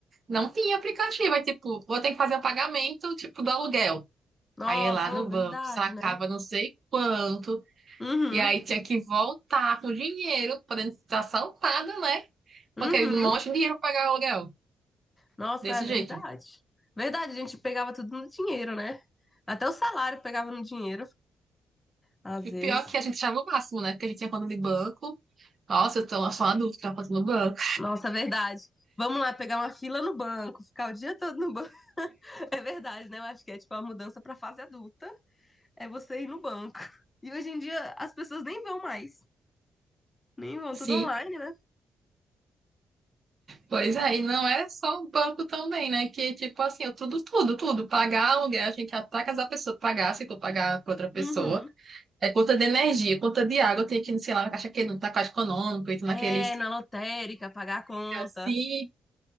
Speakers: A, on the right; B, on the left.
A: não tinha aplicativo. Aí, tipo, vou ter que fazer o pagamento, tipo, do aluguel.
B: nossa,
A: Aí, eu ia lá no
B: é verdade,
A: banco, sacava
B: né?
A: não sei quanto.
B: Uhum,
A: E aí tinha que voltar com dinheiro, podendo estar assaltada, né? Com
B: uhum.
A: aquele monte de dinheiro pra pagar o aluguel.
B: Nossa,
A: Desse
B: é verdade.
A: jeito.
B: Verdade, a gente pegava tudo no dinheiro, né? Até o salário pegava no dinheiro, às
A: E
B: vezes.
A: pior que a gente achava o máximo, né? Porque a gente tinha conta de banco. Nossa, eu tô só uma dúvida, tinha conta no banco.
B: Nossa, é verdade. Vamos lá pegar uma fila no banco, ficar o dia todo no banco. <laughs> É verdade, né? Eu acho que é tipo a mudança pra fase adulta, é você ir no banco. E hoje em dia as pessoas nem vão mais, nem vão,
A: <laughs> Sim.
B: tudo online, né?
A: Pois é, e não era só o banco também, né? Que, tipo assim, eu tudo, tudo, tudo. Pagar aluguel, tinha que ir até casar a pessoa pagar, se for pagar pra outra pessoa.
B: Uhum.
A: É conta de energia, conta de água, eu tinha que, ir, sei lá, na caixa que não tá caixa econômico, e naqueles
B: É, na lotérica, pagar a conta.
A: assim,